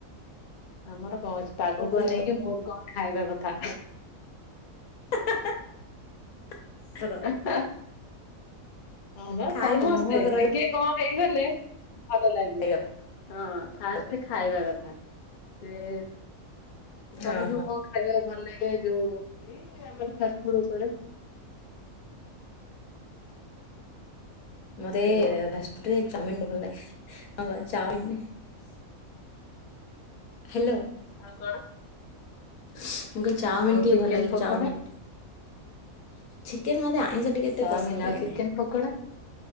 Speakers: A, on the left; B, on the left.
A: ଆମର କଣ ଅନି ଅଛି? ପାଗକୁ
B: ପକୁଡି
A: ଅନେଇକି
B: ହବ
A: ମୁଡ୍ କଣ ଖାଇବା କଥା?
B: <inaudible>
A: <unintelligible> ହଁ ପା
B: ଖାଇବ
A: ସମସ୍ତେ
B: ମୁହଁ ଆଗ ରହିବ
A: ଟିକେ କଣ ହେଇଗଲେ ଭଲ। <unintelligible>
B: ଖାଇବା
A: ହଁ ଫାଷ୍ଟ
B: ଉପରେ।
A: ଖାଇବା କଥା ସେ ତମକୁ
B: ହଁ।
A: କଣ ଖାଇବା ଭଲ ଲାଗେ ଯୋଉ <unintelligible> ଆମର ଫାଷ୍ଟ ଫୁଡ ଉପରେ?
B: ମୋତେ
A: ହ୍ୟାଲୋ।
B: ଫାଷ୍ ରେ ଚାଉମିନ ଟ ଭଲ ଲାଗେ। ହଁ ବା ଚାଓମିନ୍ ହ୍ୟାଲୋ।
A: ଆଉ କଣ?
B: ମୁଁ କହିଲି ଚାଉମିନ
A: ଆଉ
B: ଟିକେ
A: ଚିକେନ
B: ଭଲ ଲାଗେ
A: ପକୋଡା
B: ଚାଉମିିନ। ଚିକେନ ମତେ ଆଇଁଷ ଟିକେ ଏତେ
A: ଚାଓମିନ୍।
B: ପସନ୍ଦ ଲାଗେନି।
A: ଆଉ ଚିକେନ ପକୋଡା?